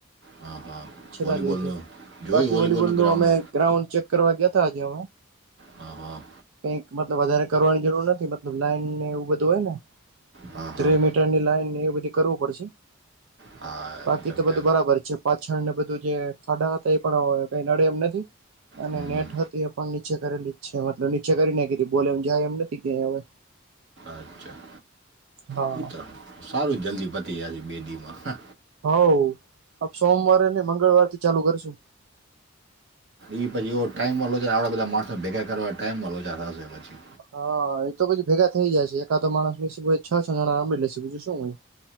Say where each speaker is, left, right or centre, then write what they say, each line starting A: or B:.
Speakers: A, on the right (about 55°); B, on the right (about 80°).
A: હા હા
B: છેલ્લા
A: વોલીબોલનું
B: દિવસે
A: જોયું
B: બાકી
A: વોલીબોલનું
B: વોલીબોલ
A: ગ્રાઉન્ડ
B: નું અમે ગ્રાઉન્ડ ચેક કરવા ગયાં આજે અમે
A: હા હા
B: કઈક મતલબ વધારે કરવાની જરૂર નથી મતલબ લાઈન ને એવું બધું હોય ને
A: હા હા
B: ત મીટરની લાઈનને એ બધી કરવું પડશે
A: હા
B: બાકી
A: ડૉક્ટર
B: તો બધું બરાબર છે પાછળ ને બધું જે ખાડા હતા એ પણ કઈ નડે એમ નથી અને
A: હમ
B: નેટ
A: હમ
B: હતું એ પણ નીચે કરેલી. છા મતલબ નીચે કરી નાખીધી બોલે એમ જાય એમ નથી કે હવે.
A: અચ્છા
B: હા
A: શ તો સારું જલ્દી પચી જયાશે બે દિવમાં હને
B: હ આપ સોમવાર અનેને મંગળવારથી ચાલુ કરશું.
A: એ પછી એ ટાઈમ વાળો છે આપડા બધા માણસો ભેગા કરવા ટાઈમ વાળોાર થશે પછી.
B: હા એ તો પછી ભેગા થઈ જાયશે એકાદો માણસ મ છ છ જણા આંળી લેશે બીજું શું હોય